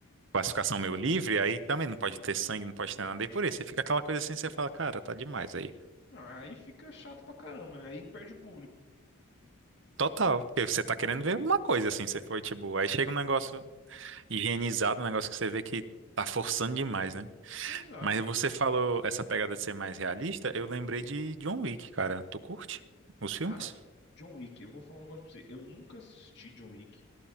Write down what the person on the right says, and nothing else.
classificação meio livre, aí também não pode ter sangue, não pode ter nada, e por isso, você fica aquela coisa assim, você fala, cara, tá demais aí.
Total, porque você tá querendo ver uma coisa assim, você foi tipo, aí chega um negócio higienizado, um negócio que você vê que tá forçando demais, né?
Mas você
falou essa pegada de ser mais realista, eu lembrei de John Wick, cara. Tu curte os filmes?